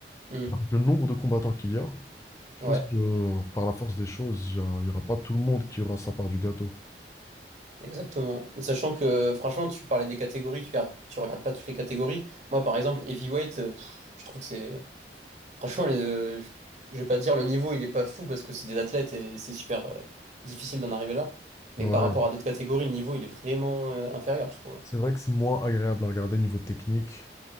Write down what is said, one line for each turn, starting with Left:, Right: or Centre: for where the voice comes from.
Right: hmm,
Left: avec le nombre de combattants qu'il y a, Je
Right: ouais,
Left: pense que euh, par la force des choses, il n'y aura pas tout le monde qui aura sa part du gâteau.
Right: exactement. Sachant que franchement, tu parlais des catégories, tu regardes, tu regardes pas toutes les catégories. Moi par exemple, heavyweight, euh, pff, je trouve que c'est franchement le- je je vais pas dire le niveau, il est pas fou parce que c'est des athlètes et c'est super euh, difficile d'en arriver là. Mais
Left: Ouais.
Right: par rapport à d'autres catégories, le niveau, il est vraiment euh, inférieur, je trouve.
Left: C'est vrai que c'est moins agréable à regarder niveau technique.